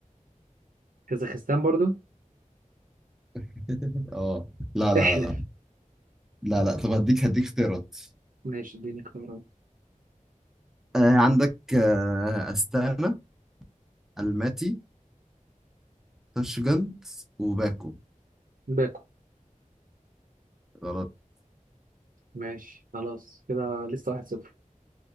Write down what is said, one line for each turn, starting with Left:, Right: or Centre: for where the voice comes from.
Right: كازاخستان برضو
Centre: <laughs> آه لا لا
Right: احلف
Centre: لا لا لا لا طب هديك هديك اختيارات
Right: ماشي اديني اختيارات
Centre: آه عندك آه أستانا الماتي تاشجند وباكو
Right: باكو
Centre: غلط
Right: ماشي خلاص كده لسه واحد صفر